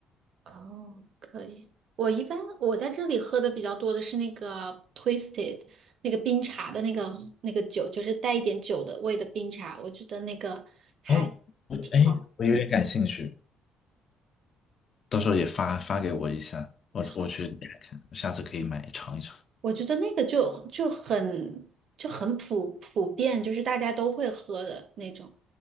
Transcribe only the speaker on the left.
哦，我哎，
我有点感兴趣，到时候也发发给我一下，我我去看看，
下次可以买尝一尝。